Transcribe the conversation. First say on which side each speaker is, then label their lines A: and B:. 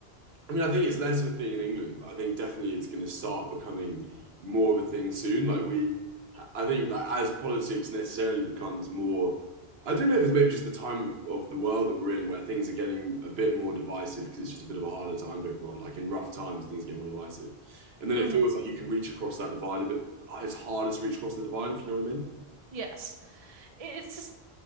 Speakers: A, on the right; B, on the right.
A: I mean, I think it's less of a thing in England, but I think definitely it's going to start becoming more of a thing soon. Like, we, I think, like, as politics necessarily becomes more, I don't know if it's maybe just the time of, of the world that we're in where things are getting a bit more divisive because it's just a bit of a harder time for everyone. Like, in rough times, things get more divisive. And then
B: hmm
A: it feels like you can reach across that divide a bit. It's harder to reach across the divide, if you know what I mean.
B: Yes. It's just